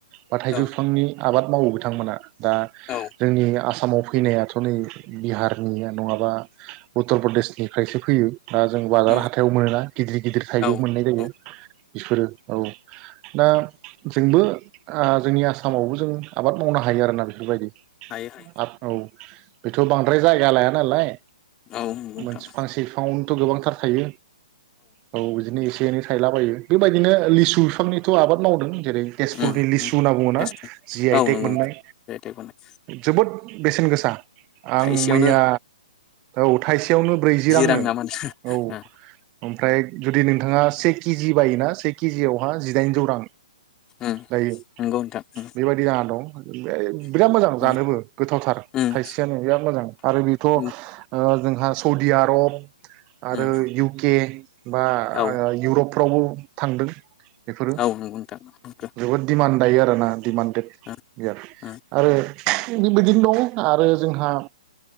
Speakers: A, on the right (about 20°); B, on the left (about 15°).
A: बा थाइजौ
B: औ
A: बिफांनि आबाद मावो बिथांमोना दा
B: औ
A: जोंनि आसाम आसामाव फैनायाथ' नै बिहारनि नङाबा उत्तर प्रदेशनिफ्रायसो फैयो दा जों बाजार
B: उम
A: हाथायाव मोनो ना गिदिर गिदिर थाइजौ
B: औ
A: मोननाय जायो
B: औ
A: बिफोरो औ दा जोंबो जोंनि आसामावबो जों आबाद मावनो हायो आरोना बेफोरबायदि
B: हायो हायो
A: औ बेथ' बांद्राय जायगा लाया नालाय
B: औ नंगौ नोंथां
A: मोनसे फांसे बिफाङावनो थ' गोबांथार थायो औ बिदिनो एसे एनै थायलाबायो बेबायदिनो लिसु बिफांनिथ' आबाद मावदों जेरै तेजपुरनि
B: उम
A: लिसु
B: उम
A: नांगौना
B: एस
A: जि आइ
B: औ
A: टेक
B: नंगौ नोंथां
A: मोननाय
B: मेथाइ खननाय
A: जोबोद बेसेन गोसा आं
B: थाइसेयावनो
A: मैया औ थाइसेयावनो ब्रैजि रांनो
B: रां नामा
A: औ
B: नोंथां
A: ओमफ्राय जुदि नोंथाङा से केजि बायोना से केजियावहा जिदाइनजौ रां
B: उम
A: जायो
B: नंगौ नोंथां उम
A: बेबायदि जाना दं बिराद मोजां
B: उम
A: जानोबो गोथावथार
B: उम
A: थायसेयानो बिराद मोजां आरो बेथ'
B: उम
A: जोंहा सौदि आरब
B: उम
A: आरो इउके बा
B: औ
A: इउरप फ्रावबो थांदों बेफोरो
B: औ नंगौ नोंथां नंगौ
A: जोबोद दिडमान्ड दायो आर ना दिडिमान्डेड
B: उम उम
A: आरो बिदिनो दं आरो जोंहा